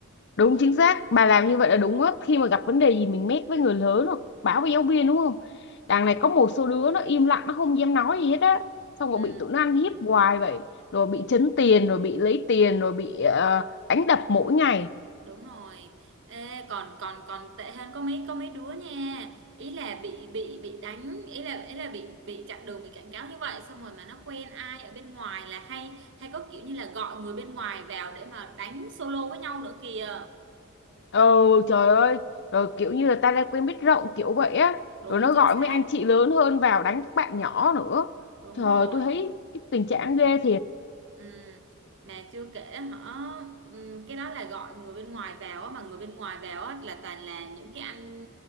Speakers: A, on the left; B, on the right.
A: đúng chính xác bà làm như vậy là đúng á khi mà gặp vấn đề gì mình mét với người lớn hoặc báo với giáo viên đúng không đằng này có một số đứa nó im lặng nó không dám nói gì hết á xong rồi
B: ừ
A: bị tụi nó ăn hiếp hoài vậy rồi bị trấn tiền rồi bị lấy tiền rồi bị ờ, đánh đập mỗi ngày
B: Đúng rồi. Ê, còn còn còn tệ hơn có mấy có mấy đứa nha. Ý là bị bị bị đánh, ý là ý là bị bị chặn đường, bị cảnh cáo như vậy xong rồi mà nó quen ai ở bên ngoài là hay hay có kiểu như là gọi người bên ngoài vào để mà đánh solo với nhau nữa kìa.
A: Ừ trời ơi Rồi kiểu như là ta đã quen biết rộng kiểu vậy á
B: Đúng
A: Rồi nó
B: chính
A: gọi
B: xác.
A: mấy anh chị lớn hơn vào đánh các bạn nhỏ nữa
B: Đúng
A: Trời
B: rồi.
A: tôi thấy cái tình trạng ghê thiệt
B: Ừ. Mà chưa kể họ ừ, cái đó là gọi người bên ngoài vào á, mà người bên ngoài vào á, là toàn là những cái anh